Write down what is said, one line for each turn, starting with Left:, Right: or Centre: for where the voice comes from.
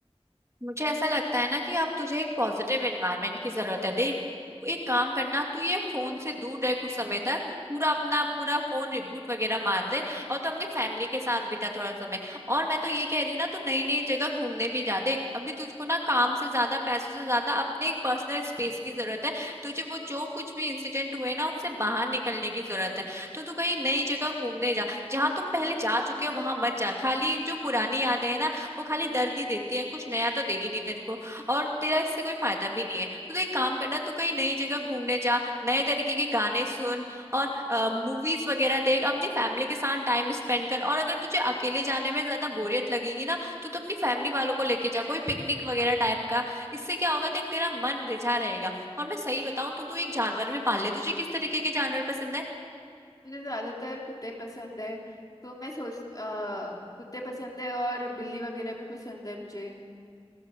Right: मुझे ऐसा लगता है ना कि अब तुझे एक पॉजिटिव एनवायरनमेंट की जरूरत है देख तू एक काम करना तू ये फोन से दूर रह कुछ समय तक पूरा अपना पूरा फोन रिबूट वगैरह मार दे और तू अपनी फैमिली के साथ बिता थोड़ा समय और मैं तो ये कह रही हूँ ना तू नई नई जगह घूमने भी जा देख अभी तुझको ना काम से ज्यादा पैसों से ज्यादा अपने एक पर्सनल स्पेस की जरूरत है तुझे वो जो कुछ भी इंसिडेंट हुए ना उससे बाहर निकलने की जरूरत है तो तू कहीं नई जगह घूमने जा जहाँ तुम पहले जा चुके हो वहां मत जा खाली जो पुरानी यादें हैं ना वो खाली दर्द ही देती है कुछ नया तो देगी नहीं तेरे को और तेरा इससे कोई फायदा भी नहीं है तो तू एक काम करना तू कहीं नई जगह घूमने जा नए तरीके के गाने सुन और मूवीज वगैरह देख अपनी फैमिली के साथ टाइम स्पेंड कर और अगर तुझे अकेले जाने में ज्यादा बोरियत लगेगी ना तो तू तो अपनी फैमिली वालों को लेके जा कोई पिकनिक वगैरह टाइप का इससे क्या होगा देख तेरा मन रिझा रहेगा और मैं सही बताऊं तो तू तो एक जानवर भी पाल ले तुझे किस तरीके के जानवर पसंद है
Left: मुझे ज्यादातर कुत्ते पसंद है तो मैं सोच अ, कुत्ते पसंद है और बिल्ली वगैरह भी पसंद है मुझे